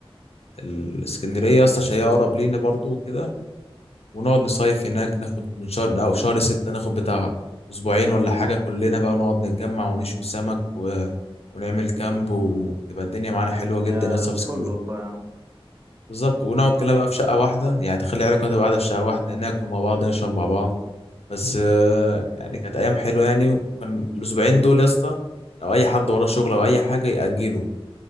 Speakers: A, on the left (about 85°); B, on the right (about 25°).
A: الاسكندريه يا اسطى عشان هي اقرب لينا برضو وكده ونقعد نصيف هناك ناخد من شهر او شهر ستة ناخد بتاع اسبوعين ولا حاجه كلنا بقى نقعد نتجمع ونشوي سمك و... ونعمل كامب وتبقى الدنيا معانا حلوه جدا
B: يا
A: يا اسطى في اسكندريه
B: فل والله يا عم
A: بالظبط ونقعد كلنا بقى في شقه واحده يعني تخلي عيالك تبقى قاعده في شقه واحده ناكل مع بعض نشرب مع بعض بس آه، يعني كانت ايام حلوه يعني وكان الاسبوعين دول يا اسطى لو اي حد وراه شغل او اي حاجه ياجله